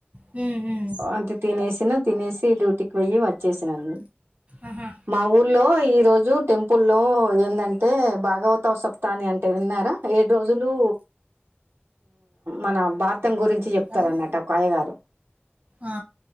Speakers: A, on the right; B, on the right.
A: హ్మ్. హ్మ్.
B: అంటే తినేసినా తినేసి డ్యూటీకి వొయ్యి వచ్చేసాను
A: ఆహా!
B: మా ఊర్లో ఈ రోజు టెంపుల్లో ఏందంటే బాగ్ గవత సప్తాన్ని అంటే విన్నారా ఏడు రోజులు మన భారతం గురించి చెప్తారన్నట్టు
A: ఇంకమ్మా?
B: ఒక అయ్యగారు
A: ఆ!